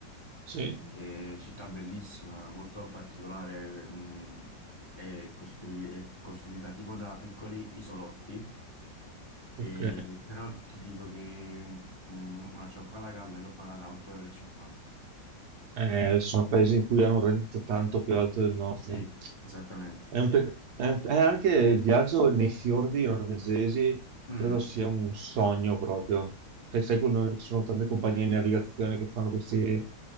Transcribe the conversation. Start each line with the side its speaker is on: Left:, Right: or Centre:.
Right: Sì,
Left: Eh, città bellissima, molto particolare, mh, è, costru- è costituita tipo da piccoli isolotti, e-
Right: ok.
Left: però ti dico che un- una cioccolata calda l'ho pagata a 8,50 euro.
Right: Eh, sono paesi in cui hanno un reddito tanto più alto del nostro.
Left: Sì, esattamente.
Right: È un pe- è un- è anche il viaggio nei fiordi norvegesi,
Left: Mm.
Right: credo sia un sogno proprio. Sai, sai quando ci sono tante compagnie di navigazione che fanno questi,